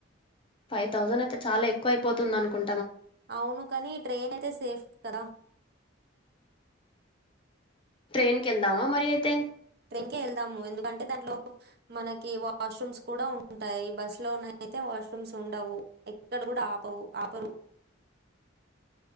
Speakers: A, on the left (about 25°); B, on the right (about 50°).
A: ఫైవ్ థౌసండ్ అయితే చాలా ఎక్కువ అయిపోతుంది అనుకుం
B: అవును కానీ ట్రైన్ అయితే సేఫ్ కదా
A: ట్రైన్ కి ఎళ్దామా మరి అయితే
B: ట్రైన్ కె ఎళ్దాము ఎందుకంటే దాంట్లో మనకి వాష్రూమ్స్ కూడా ఉంటాయి బస్సు లోన అయితే వాష్రూమ్స్ ఉండవు ఎక్కడ కూడా ఆపవు ఆపరు